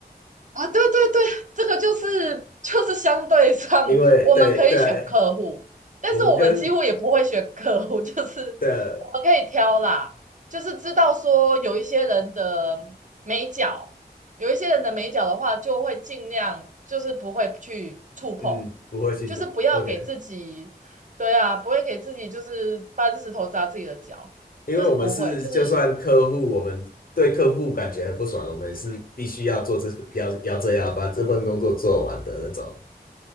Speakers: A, on the right; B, on the left.
A: 啊，对对对，这个就是就是相对上，
B: 因为对对，
A: 我们可以选客户，但是我们几乎也不会选客户，
B: 我们跟
A: <laughs> 就是我们可以挑啦，
B: 的
A: 就是知道说有一些人的美角，有一些人的美角的话，就会尽量就是不会去触碰，
B: 嗯不会去
A: 就是不要给自己，
B: OK。
A: 对啊，不会给自己就是搬石头砸自己的脚，
B: 因为我们是就算客户，
A: 就是不会，就是
B: 我们对客户感觉很不爽，我们是必须要做这要要这样把这份工作做完的那种。